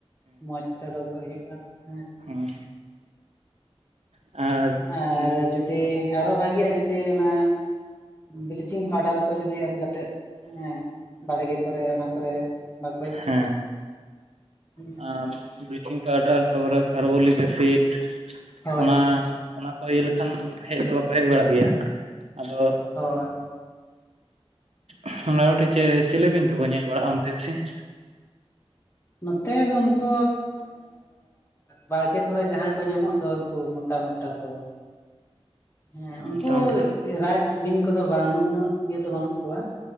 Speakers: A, on the left (about 25°); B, on the right (about 80°).
A: ᱢᱚᱸᱡᱽ ᱛᱮ ᱚᱰᱚᱠᱚᱜ ᱦᱩᱭᱩᱜᱼᱟ ᱦᱮ᱾
B: ᱦᱮᱸ ᱦᱮᱸ ᱟᱨ
A: ᱟᱨ
B: ᱦᱮᱸ
A: ᱡᱩᱫᱤ ᱟᱨᱚ ᱵᱷᱟᱜᱤᱜᱼᱟ ᱡᱩᱫᱤ ᱚᱱᱟ ᱵᱞᱤᱪᱤᱝ ᱯᱟᱣᱰᱟᱨ ᱠᱚ ᱡᱩᱫᱤ ᱮᱢ ᱠᱟᱛᱮᱫ, ᱦᱮᱸ ᱵᱟᱲᱜᱮ ᱠᱚᱨᱮ ᱚᱱᱟ ᱠᱚᱨᱮ ᱵᱟᱠᱚ ᱦᱮᱡ ᱵᱟᱲᱟᱜᱼᱟ
B: ᱦᱮᱸ
A: ᱦᱩ᱾
B: ᱟᱢ ᱵᱞᱤᱪᱤᱝ ᱯᱟᱣᱰᱟᱨ ᱛᱟᱨᱯᱚᱨᱮ ᱠᱟᱨᱵᱳᱚᱞᱤᱠ ᱮᱥᱤᱰ
A: ᱦᱳᱭ
B: ᱚᱱᱟ
A: ᱦᱳᱭ
B: ᱚᱱᱟ ᱠᱚ ᱤᱭᱟᱹ ᱞᱮᱠᱷᱟᱱ ᱦᱮᱡ ᱫᱚ ᱵᱟᱠᱚ ᱦᱮᱡ ᱵᱟᱲᱟᱜ ᱜᱮᱭᱟ ᱟᱫᱚ
A: ᱦᱚᱭ
B: ᱢᱳᱚᱴᱟᱢᱩᱴᱤ ᱪᱤᱞᱤ ᱵᱤᱧ ᱠᱚᱠᱚ ᱧᱮᱞ ᱵᱟᱲᱟᱜᱼᱟ ᱚᱱᱛᱮ ᱵᱮᱥᱤ?
A: ᱱᱚᱛᱮ ᱫᱚ ᱩᱱᱠᱩ ᱵᱟᱲᱠᱮ ᱠᱚᱨᱮ ᱡᱟᱦᱟᱸᱭ ᱠᱚ ᱧᱟᱢᱚᱜ ᱫᱚ ᱩᱱᱠᱩ ᱢᱚ ᱴᱟ ᱢᱚᱴᱟ ᱠᱚ, ᱦᱮᱸ ᱩᱱᱠᱩ
B: ᱢᱚᱴᱟᱢᱩᱴᱤ
A: ᱨᱟᱡᱽ ᱵᱤᱧ ᱠᱚᱫᱚ ᱵᱟᱹᱱᱩᱜ ᱩᱱᱟᱹᱜ ᱤᱭᱟᱹ ᱫᱚ ᱵᱟᱱᱩᱜ ᱠᱚᱣᱟ᱾